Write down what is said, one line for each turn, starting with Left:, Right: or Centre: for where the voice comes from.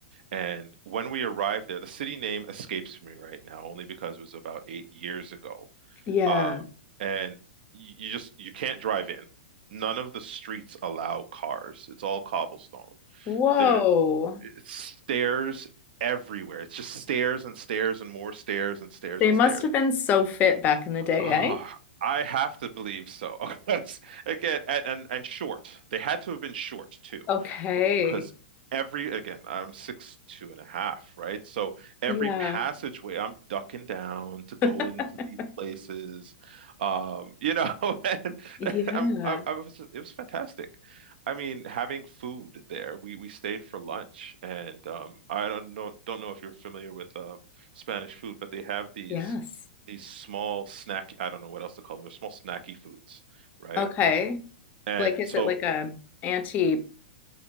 Right: And when we arrived there, the city name escapes me right now, only because it was about eight years ago.
Left: Yeah.
Right: Uh, and you you just you can't drive in. None of the streets allow cars. It's all cobblestone.
Left: Whoa.
Right: There it's stairs everywhere. It's just stairs and stairs and more stairs and stairs
Left: They
Right: and
Left: must
Right: stairs.
Left: have been so fit back in the day,
Right: Ah,
Left: eh?
Right: I have to believe so. <laughs> That's- Again, and, and and short. They had to have been short too
Left: Okay.
Right: because every again I'm six two and a half right so every
Left: Yeah.
Right: passageway I'm ducking down to go
Left: <laughs>
Right: into these places um you know <laughs> and
Left: Yeah.
Right: I'm I, I was it was fantastic I mean having food there we we stayed for lunch and um I don't know don't know if you're familiar with um Spanish food but they have these
Left: Yes.
Right: these small snack I don't know what else to call them they're small snacky foods right
Left: Okay.
Right: and
Left: Like, is
Right: so
Left: it like a anti-pasta